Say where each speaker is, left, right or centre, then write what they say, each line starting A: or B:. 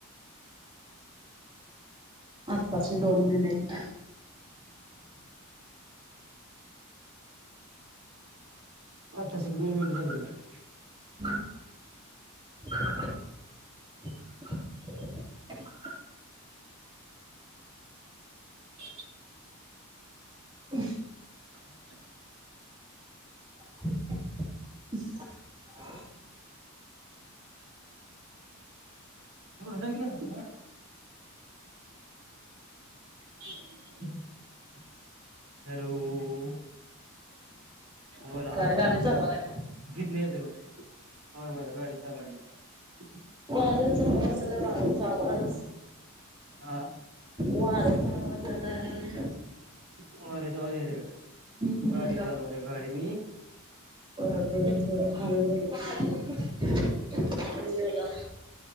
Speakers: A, on the right; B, on the right.
A: अच्छ तशी दोन मिनिट
B: अ तस दोन मिनिट झारते का
A: <unintelligible>
B: अ
A: अ
B: अच्छ
A: <unintelligible>
B: तड जाई <unintelligible> हॅलोऽऽऽऽ बोला,,
A: काय गाडी चालवायला का?
B: हितनं येतय, वय, होय, होय, गाडी चालवा लुप्त.
A: वाऱ्याचा आवाज आलाय, वाऱ्याचा आवाज,
B: हा
A: वार्याऽऽ हं, झालाय.
B: वाऱ्याच आवाज यायलाय का
A: बर
B: गाडी चालवलोय गाडी मीऽऽ
A: बर, बर, बर, हळु बोला.